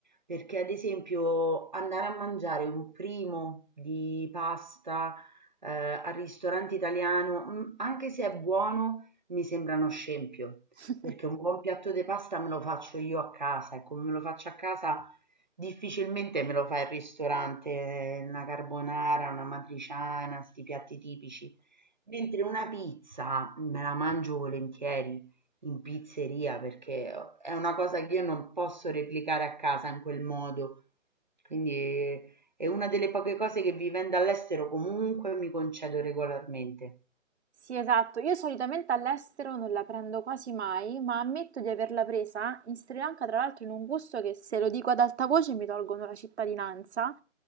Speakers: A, on the right; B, on the right.
A: Perché ad esempio andare a mangiare un primo di pasta, ehm, al ristorante italiano, mhmm, anche se è buono, mi sembra uno scempio,
B: <laughs>
A: perché un buon piatto de pasta me lo faccio io a casa e come me lo faccio a casa Difficilmente me lo fa il ristorante, una carbonara, un'amatriciana, 'sti piatti tipici, mentre una pizza me la mangio volentieri in pizzeria perché o è una cosa che io non posso replicare a casa in quel modo. Quindi eh, è una delle poche cose che vivendo all'estero comunque mi concedo regolarmente.
B: Sì, esatto. Io solitamente all'estero non la prendo quasi mai, ma ammetto di averla presa in Sri Lanka, tra l'altro, in un gusto che se lo dico ad alta voce mi tolgono la cittadinanza,